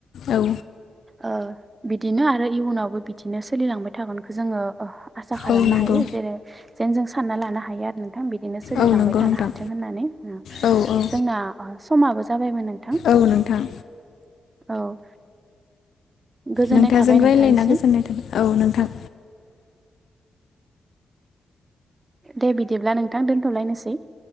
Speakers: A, on the left; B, on the right.
A: औ
B: ओ बिदिनो आरो इयुनावबो बिदिनो सोलिलांबाय थागोनखौ जोङो आसा खालामनो
A: औ नंगौ
B: हायो जेरै जेन जों सानना लानो हायो आरो। नोंथां बिदिनो सोलिलांबाय
A: औ नंगौ
B: थानो
A: नोंथां
B: हाथों होननानै
A: औ औ
B: जोंना समाबो जाबायमोन नोंथां।
A: औ नोंथां।
B: औ। गोजोननाय
A: नोंथांजों
B: थाबाय नोंथांनिसिम
A: रायज्लायना गोजोननाय थाबाय औ नोंथां।
B: दे बिदिब्ला नोंथां दोनथ'लायनोसै।